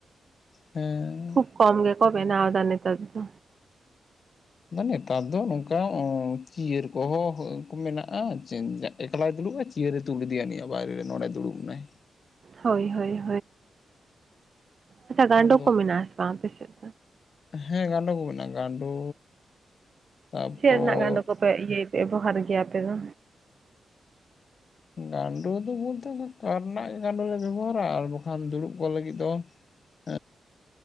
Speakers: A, on the left; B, on the right.
A: ᱦᱮᱸ
B: ᱠᱷᱩᱵ ᱠᱚᱢ ᱜᱮᱠᱚ ᱵᱮᱱᱟᱣ ᱫᱟ ᱱᱮᱛᱟᱨ ᱫᱚ᱾
A: ᱟᱫᱚ ᱱᱮᱛᱟᱨ ᱫᱚ ᱱᱚᱝᱠᱟ ᱪᱤᱭᱟᱹᱨ ᱠᱚᱦᱚᱸ ᱢᱮᱱᱟᱜ-ᱟ ᱮᱠᱞᱟᱭ ᱫᱩᱲᱩᱵ-ᱟ ᱪᱤᱭᱟᱹᱨᱮ ᱛᱩᱞ ᱤᱫᱮᱭᱟ ᱱᱤᱭᱟᱹ ᱵᱟᱭᱨᱮ ᱨᱮ ᱱᱚᱸᱰᱮ ᱫᱩᱲᱩᱵ ᱮᱱᱟᱭ᱾
B: ᱦᱳᱭ ᱦᱳᱭ ᱟᱪᱪᱷᱟ ᱜᱟᱸᱰᱚ
A: ᱟᱫᱚ
B: ᱠᱚ ᱢᱮᱱᱟᱜ ᱟᱥᱮ ᱵᱟᱝ ᱟᱯᱮᱥᱮᱫ?
A: ᱦᱮᱸ ᱜᱟᱸᱰᱚ ᱠᱚ ᱢᱮᱱᱟᱜ-ᱟ ᱜᱟᱸᱰᱳ ᱛᱟᱨᱯᱚᱨ
B: ᱪᱮᱜ ᱨᱮᱱᱟᱜ ᱜᱟᱸᱰᱚ ᱠᱚᱯᱮ ᱤᱭᱟᱹᱭ ᱯᱮ ᱵᱮᱵᱚᱦᱟᱨ ᱜᱮᱭᱟ ᱟᱯᱮ ᱫᱚ?
A: ᱜᱟᱸᱰᱳ ᱫᱚ ᱵᱚᱞᱛᱮ ᱚᱱᱟ ᱠᱟᱴ ᱨᱮᱱᱟᱜ ᱜᱮ ᱜᱟᱸᱰᱳ ᱞᱮ ᱵᱮᱵᱚᱦᱟᱨ-ᱟ ᱟᱨ ᱵᱟᱠᱷᱟᱱ ᱫᱩᱲᱩᱵ ᱠᱚᱜ ᱞᱟᱹᱜᱤᱫ ᱫᱚ ᱮᱸᱜ